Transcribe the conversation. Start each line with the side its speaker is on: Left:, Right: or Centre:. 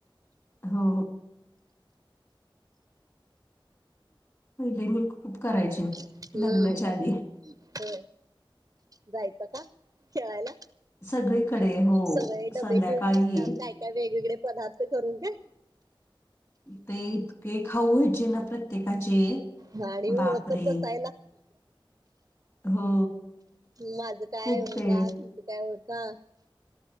Left: हो पहिले मी खूप करायचे
Right: हम्म
Left: लग्नाच्या आधी
Right: हो जायचं का खेळायला
Left: सगळीकडे हो
Right: सगळे
Left: संध्याकाळी
Right: डबे घेऊन निघतात
Left: ये.
Right: काय काय वेगवेगळे पदार्थ करून का
Left: ते इतके खाऊ वयचे ना प्रत्येकाचे
Right: गाडी ओळखत
Left: बापरे
Right: बसायला
Left: हो
Right: माझं काय
Left: खूप
Right: ओळखा
Left: ते
Right: तुमचं काय ओळखा